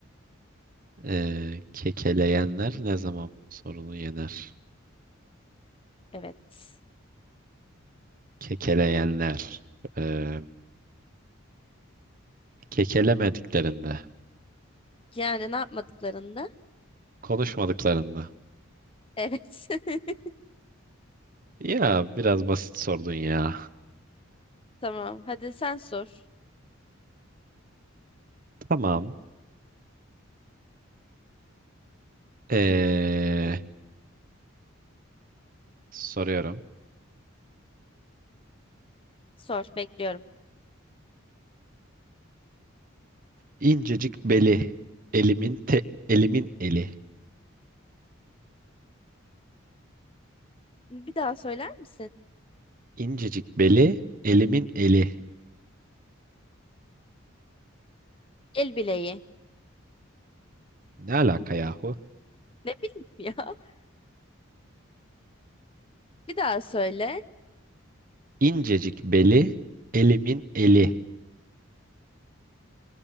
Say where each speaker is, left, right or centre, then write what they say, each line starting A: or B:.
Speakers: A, on the right (about 40°); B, on the left (about 25°).
A: ee, kekeleyenler ne zaman bu sorunu yener?
B: Evet.
A: Kekeleyenler. Ee, kekelemediklerinde.
B: Yani ne yapmadıklarında
A: Konuşmadıklarında.
B: Evet. <laughs>
A: Ya biraz basit sordun ya.
B: Tamam. Hadi sen sor.
A: Tamam. Ee, soruyorum.
B: Sor. Bekliyorum.
A: İncecik beli, elimin te, elimin eli.
B: Bir daha söyler misin?
A: İncecik beli, elimin eli.
B: El bileği.
A: Ne alaka yahu?
B: Ne bileyim ya. <laughs> Bir daha söyle.
A: İncecik beli, elimin eli.